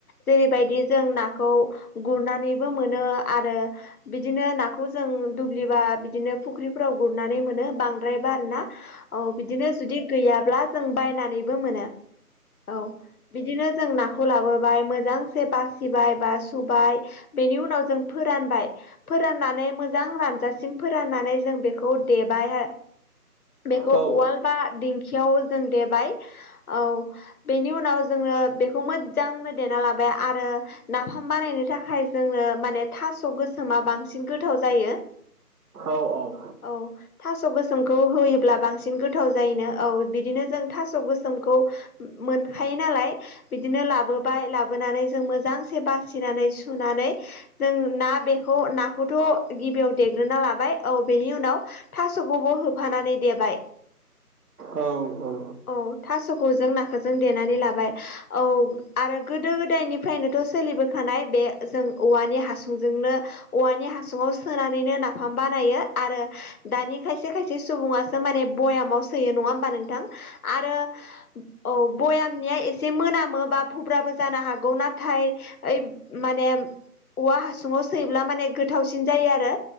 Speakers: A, on the left; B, on the right.
A: जेरैबायदि जों नाखौ गुरनानैबो मोनो आरो बिदिनो नाखौ जों दुब्लिबा बिदिनो फुख्रिफोराव गुरनानै मोनो बांद्रायबा आरो ना औ बिदिनो जुदि गैयाब्ला जों बायनानैबो मोनो औ बिदिनो जों नाखौ खौ लाबोबाय मोजांसे बासिबाय बा सुबाय बेनि उनाव जों फोरानबाय फोराननानै मोजां रानजासिम फोराननानै जों बेखौ देबाय बेखौ
B: औ
A: उवाल बा दिंखियाव जों देबाय औ बेनि उनाव जोङो बेखौ मोजांनो देना लाबाय आरो नाफाम बानायनो थाखाय जोंनो माने थास' गोसोमा बांसिन गोथाव जायो
B: औ औ
A: औ थास' गोसोमखौ होयोब्ला बांसिन गोथाव जायोनो औ बिदिनो जों थास' गोसोमखौ मोनखायो नालाय बिदिनो लाबोबाय लाबोनानै जों मोजांसे बासिनानै सुनानै जों ना बेखौ नाखौथ' गिबियाव देग्रोना लाबाय औ बेनि उनाव थास'खौबो होफानानै देबाय
B: औ औ
A: औ थास'खौ जों नाखौ जों देनानै लाबाय औ आरो गोदो गोदायनि फ्रायनोथ' सोलिबोखानाय बे जों औवानि हासुंजोंनो औवानि हासुंआव सोनानै नो नाफाम बानायो आरो दानि खायसे खायसे सुबुङासो माने भयामाव सोयो नङा होमबा नोंथां आरो औ भयामनिया एसे मोनामो बा भुब्राबो जानो हागोन औ नाथाय ओइ माने औवा हासुङाव सैब्ला माने गोथावसिन जायो आरो